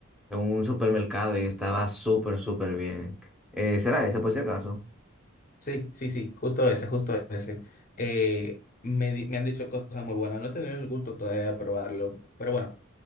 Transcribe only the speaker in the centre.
en un supermercado y estaba súper, súper bien. Eh, ¿será esa por si acaso?